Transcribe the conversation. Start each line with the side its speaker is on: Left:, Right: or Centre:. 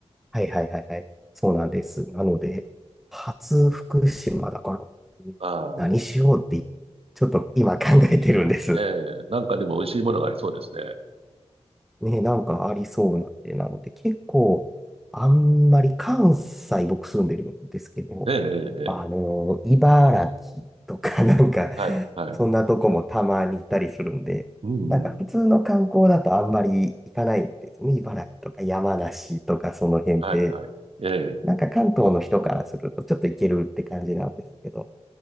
Centre: はいはいはいはい。そうなんです。なので、初福島だから、うん何しようって、
Right: ああ、
Centre: ちょっと今考えてるんです。
Right: ええ、なんかでも美味しいものがありそうですね。
Centre: ね、なんかありそうなんで、なので結構、あんまり関西僕住んでるんですけど、
Right: ええ、ええ、
Centre: あの、
Right: ええ
Centre: 茨城とか <laughs> なんか、
Right: はい、はい。
Centre: そんなとこもたまに行ったりするんで、
Right: うん、
Centre: なんか普通の観光だとあんまり行かないんですよね。
Right: うん。
Centre: 茨城とか山梨とかその辺って、
Right: はい、はい。ええ、
Centre: なんか関東の人からするとちょっと行けるって感じなんですけど、